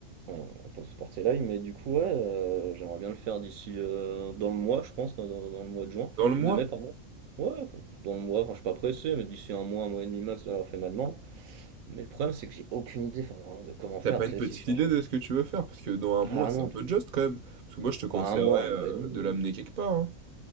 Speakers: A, on the right; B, on the right.
A: on va pas se porter l'œil. Mais du coup, ouais, euh, j'aimerais bien le faire d'ici euh, dans le mois, je pense, dans, dans- dans le mois de juin,
B: Dans le mois,
A: de mai, pardon. Ouais, dans le mois. Enfin, je suis pas pressé, mais d'ici un mois, un mois et demi max, d'avoir fait ma demande. Mais le problème, c'est que j'ai aucune idée, enfin, de comment faire.
B: t'as pas
A: Tu
B: une
A: sais,
B: petite
A: si je suis
B: idée
A: en-
B: de ce que tu veux faire? Parce que dans un mois,
A: ah
B: c'est
A: non,
B: un peu juste quand même. Parce que moi, je te conseillerais
A: pas un mois, un mois
B: euh,
A: et demi.
B: de l'amener quelque part, hein.